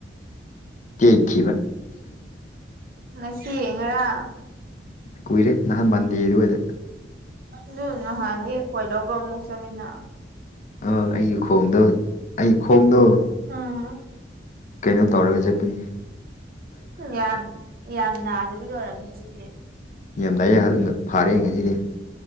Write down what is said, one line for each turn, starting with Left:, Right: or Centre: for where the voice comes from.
Left: ꯇꯦꯠꯈꯤꯕ
Right: ꯉꯁꯤ ꯉꯔꯥꯡ
Left: ꯀꯨꯏꯔꯦ ꯅꯍꯥꯟ ꯃꯟꯗꯦ ꯑꯗꯨꯋꯥꯏꯗ
Right: ꯑꯗꯨ ꯅꯍꯥꯟꯗꯤ ꯀꯣꯏ ꯂꯧꯕ ꯑꯃꯨꯛ ꯆꯠꯂꯤꯅ
Left: ꯑꯥ ꯑꯩꯒꯤ ꯈꯣꯡꯗꯣ ꯑꯩ ꯈꯣꯡꯗꯣ
Right: ꯎꯝ
Left: ꯀꯩꯅꯣ ꯇꯧꯔꯒ ꯖꯦꯠꯄꯅꯤ
Right: ꯌꯥꯝ ꯌꯥꯝ ꯅꯥꯗꯕꯒꯤ ꯑꯣꯏꯔꯝꯅꯤ ꯑꯗꯨꯗꯤ
Left: ꯌꯥꯝ ꯅꯥꯏꯌꯦ ꯐꯥꯔꯦ ꯉꯁꯤꯗꯤ